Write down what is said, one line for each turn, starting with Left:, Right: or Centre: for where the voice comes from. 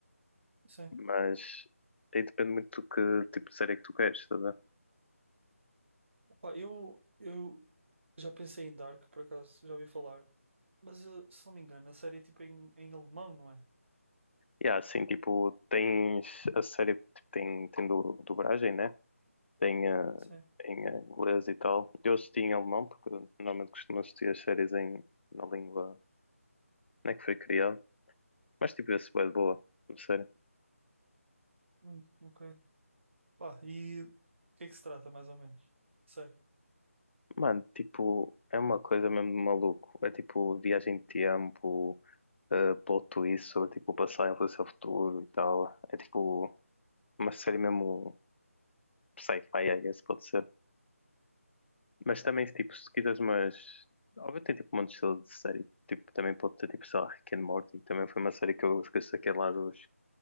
Right: Sim.
Left: Mas aí depende muito do que tipo de série que tu queres, estás a ver?
Right: Pá, eu, eu já pensei em Dark, por acaso, já ouvi falar. Mas, eh, se não me engano, a série é tipo em, em alemão, não é?
Left: E há, assim, tipo, tens a série, tipo, tem, tem du- dublagem, né? Tem ah,
Right: Sim.
Left: em ah, inglês e tal. Eu assisti em alemão, porque normalmente costumo assistir as séries em, na língua, não é que foi criada. Mas tipo, esse é boa, não sei.
Right: Hum, ok. Pá, e o que é que se trata, mais ou menos? Sei.
Left: Mano, tipo, é uma coisa mesmo de maluco. É tipo viagem de tempo, uh, plot twist sobre tipo o passado, influência ao futuro e tal. É tipo uma série mesmo sci-fi, I guess, pode ser. Mas também, tipo, se quiseres, mas. Óbvio, tem tipo um monte de estilo de série. Tipo, também pode ter tipo, sei lá, Rick and Morty. Também foi uma série que eu esqueci aquele lá dos,